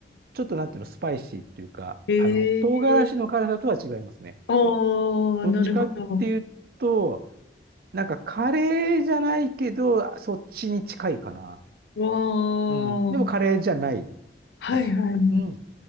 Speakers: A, on the right (about 55°); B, on the left (about 75°).
A: ちょっとなんていうの、スパイシーっていうか、
B: ええ
A: あの、唐辛子の辛さとは違いますね。
B: ああ、
A: どっちかっていうと、
B: なるほど。
A: なんかカレーじゃないけど、そっちに近いかな。
B: わあ。
A: うん。でもカレーじゃない
B: はいはいはい。
A: 味。うん。